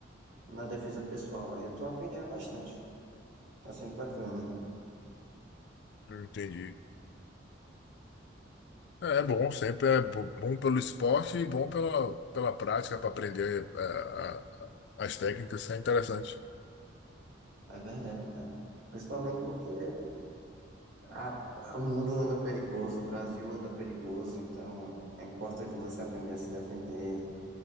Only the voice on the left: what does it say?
Não Entendi. É
bom, sempre é bo- bom pelo esporte e bom pela, pela prática para aprender é, a- a- as técnicas, isso é interessante.